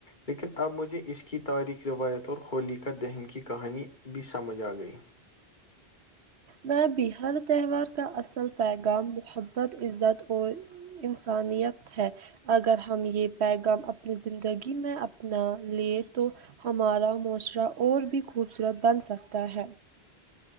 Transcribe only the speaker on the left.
لیکن اب مجھے اس کی تاریخ روایت اور ہولی کا دہن کی کہانی بھی سمجھ آ گئی